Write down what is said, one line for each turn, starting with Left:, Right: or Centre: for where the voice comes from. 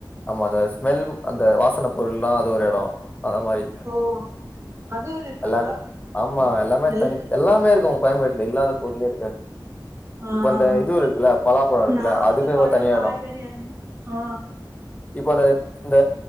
Left: ஆமா அந்த ஸ்மெல் அந்த வாசனை பொருள்லா அது ஒரு எடோ அந்த மாரி
Right: ஓ அது வேற இருக்கா
Left: எல்லாமே ஆமா எல்லாமே
Right: எல்
Left: தனி எல்லாமே இருக்கோ கோயம்பேட்ல இல்லாத பொருளே இருக்காது
Right: ஆ
Left: இப்ப இந்த
Right: ஆ ஆ
Left: இது இருக்குல்ல பலாப்பழம் இருக்குல்ல
Right: நா
Left: அதுக்குமே
Right: வந்து பழோ
Left: தனியா
Right: காய்கறி
Left: எடோ
Right: அது ஆ
Left: இப்போ அது இந்த